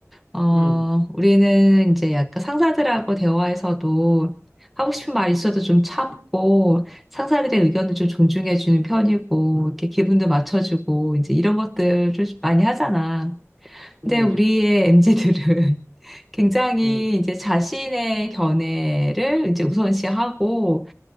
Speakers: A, in the centre; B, on the right (about 45°).
A: 어,
B: 음,
A: 우리는 이제 약간 상사들하고 대화에서도 하고 싶은 말 있어도 좀 참고, 상사들의 의견을 좀 존중해주는 편이고, 이렇게 기분도 맞춰주고, 이제 이런 것들을 좀 많이 하잖아. 근데
B: 음,
A: 우리의 m 지들은 <laughs> 굉장히
B: 음,
A: 이제 자신의 견해를 이제 우선시하고,